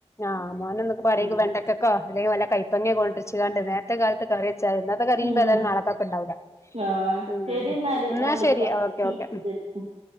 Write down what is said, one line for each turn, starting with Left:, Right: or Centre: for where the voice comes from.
Left: ആഹ് മോനെ എന്നക്ക് കടേക്ക്
Right: ഉം
Left: വേണ്ട തക്കോ അല്ലെ വല്ല കൈപ്പങ്ങേ കൊണ്ടര്ച്കാണ്ട് നേർത്തെ കാലത്ത് കറീയേച്ചാല് ന്ന ന്ന് കറിഞ്ഞ്പ്പോ
Right: ഉം
Left: ഏതായാലും നാളക്കൊക്കെ ഉണ്ടാവൂല
Right: ആഹ്
Left: ഉം
Right: ശരി എന്നാല്
Left: എന്ന
Right: ഞാൻ വിളിക്കാം
Left: ശരി ഓക്കെ ഓക്കെ
Right: ശരി ഉം